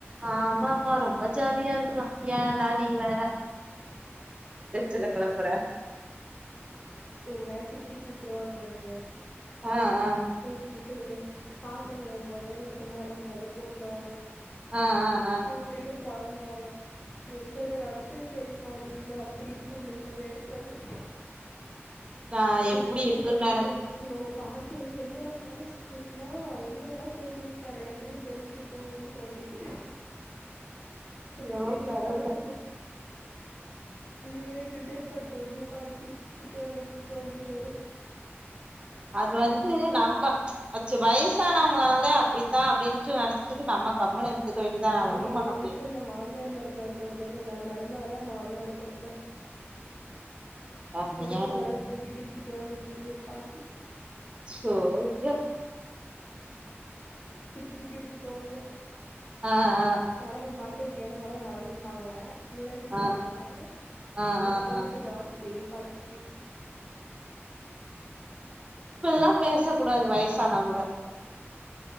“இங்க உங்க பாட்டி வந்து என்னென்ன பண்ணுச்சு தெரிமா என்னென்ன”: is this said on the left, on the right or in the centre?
Left